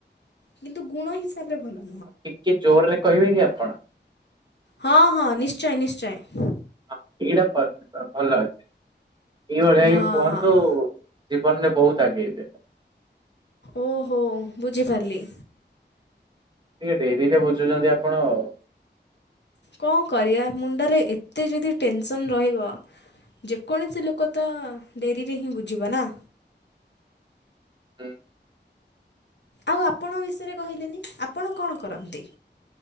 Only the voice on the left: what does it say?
କିନ୍ତୁ ଗୁଣ ହିସାବ ରେ ଭଲ <unintelligible>
ହଁ ହଁ ନିଶ୍ଚୟ ନିଶ୍ଚୟ।
ହଁ
ହଁ।
ଓହୋ ବୁଝିପାରିଲି।
କ ଣ କରିବା ମୁଣ୍ଡରେ ଏତେ ଯଦି ଟେନସନ୍ ରହିବ। ଯେକୌଣସି ଲୋକ ତ ଡେରିରେ ହିଁ ବୁଝିବ ନା
ଆଉ ଆପଣଙ୍କ ବିଷୟରେ କହିଲେନି ଆପଣ କଣ କରନ୍ତି?